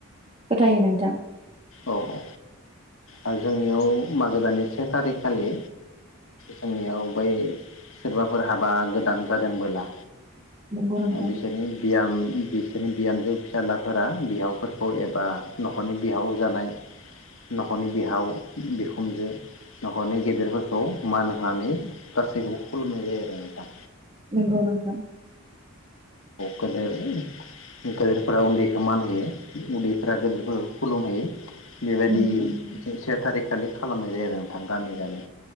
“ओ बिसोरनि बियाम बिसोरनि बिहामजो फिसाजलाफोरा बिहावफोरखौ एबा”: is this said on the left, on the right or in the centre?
Left